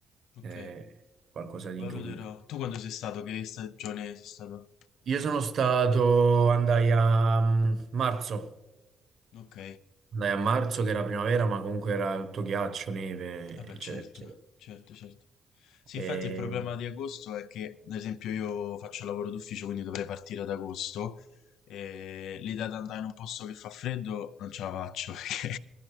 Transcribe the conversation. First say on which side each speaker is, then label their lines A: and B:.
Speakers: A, on the left (about 85°); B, on the right (about 60°).
A: Ok,
B: È qualcosa di
A: valuterò.
B: incredibile.
A: Tu quando sei stato? Che stagione sei stato?
B: Io sono stato, andai a mm, marzo,
A: Ok.
B: andai a marzo che era primavera, ma comunque era tutto ghiaccio, neve,
A: Ah beh,
B: eccetera,
A: certo,
B: eccetera.
A: certo, certo. Sì,
B: E,
A: infatti il problema di agosto è che, ad esempio, io faccio lavoro d'ufficio, quindi dovrei partire ad agosto e l'idea di andare in un posto che fa freddo non ce la faccio <laughs> perché